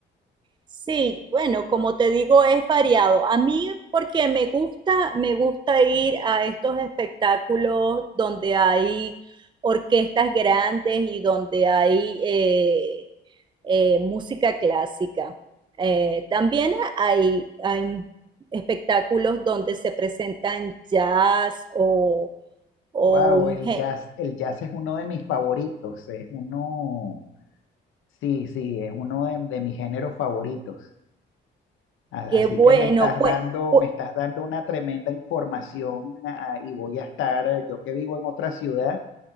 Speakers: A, on the right (about 25°); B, on the left (about 80°).
A: Sí, bueno, como te digo, es variado. A mí, porque me gusta, me gusta ir a estos espectáculos donde hay orquestas grandes y donde hay eh, eh, música clásica. Eh, también hay, hay espectáculos donde se presentan jazz o, o
B: Wow,
A: un...
B: el
A: gé-
B: jazz, el jazz es uno de mis favoritos, es uno, sí, sí, es uno de, de mis géneros favoritos. A-
A: Qué
B: Así
A: bueno,
B: que me estás
A: pues,
B: dando,
A: pues,
B: me estás dando una tremenda información, ah, y voy a estar, eh, yo que vivo en otra ciudad,